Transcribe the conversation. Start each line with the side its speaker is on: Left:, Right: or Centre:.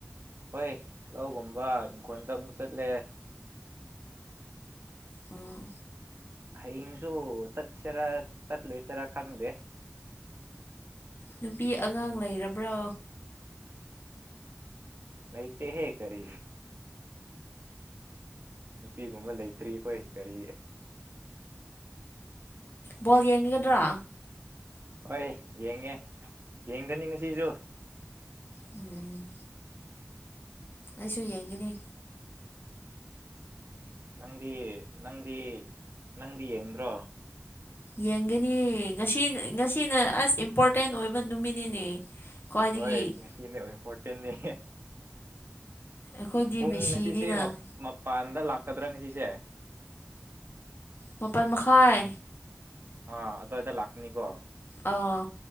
Right: ꯍꯣꯏ ꯂꯧꯒꯨꯝꯕ ꯏꯪꯈꯣꯜꯗ ꯑꯃꯨꯛ ꯆꯠꯂꯦ
Left: ꯑꯣ
Right: ꯍꯌꯦꯡꯁꯨ ꯆꯠꯁꯤꯔꯥ ꯆꯠꯂꯣꯏꯁꯤꯔꯥ ꯈꯪꯗꯦ
Left: ꯅꯨꯄꯤ ꯑꯉꯥꯡ ꯂꯩꯔꯕ꯭ꯔꯣ
Right: ꯂꯩꯇ ꯍꯦ ꯀꯔꯤ ꯅꯨꯄꯤꯒꯨꯝꯕ ꯂꯩꯇ꯭ꯔꯤ ꯑꯩꯈꯣꯏ ꯀꯔꯤ
Left: ꯕꯣꯜ ꯌꯦꯡꯉꯒꯗ꯭ꯔꯥ
Right: ꯍꯣꯏ ꯌꯦꯡꯉꯦ ꯌꯦꯡꯒꯅꯤ ꯉꯁꯤꯁꯨ
Left: ꯎꯝ ꯑꯩꯁꯨ ꯌꯦꯡꯒꯅꯤ
Right: ꯅꯪꯗꯤ ꯅꯪꯗꯤ ꯅꯪꯗꯤ ꯌꯦꯡꯗ꯭ꯔꯣ
Left: ꯌꯦꯡꯒꯅꯤ ꯉꯁꯤ ꯉꯁꯤꯅ ꯑꯁ ꯏꯝꯄꯣꯔꯇꯦꯟ ꯑꯣꯏꯕ ꯅꯨꯃꯤꯠꯅꯤꯅꯦ ꯈ꯭ꯋꯥꯏꯗꯒꯤ
Right: ꯍꯣꯏ ꯉꯁꯤꯅꯦ ꯏꯝꯄꯣꯔꯇꯦꯟꯅꯤ
Left: ꯑꯩꯈꯣꯏꯗꯤ
Right: ꯄꯨꯡ
Left: ꯃꯦꯁꯤꯅꯤꯅ
Right: ꯑꯁꯤꯁꯦ ꯃꯄ ꯄꯥꯟꯗ ꯂꯥꯛꯀꯗ꯭ꯔꯥ ꯉꯁꯤꯁꯦ
Left: ꯃꯄꯥꯜ ꯃꯈꯥꯏ
Right: ꯑꯥ ꯑꯗꯨꯋꯥꯏꯗ ꯂꯥꯛꯀꯅꯤꯀꯣ
Left: ꯑꯣ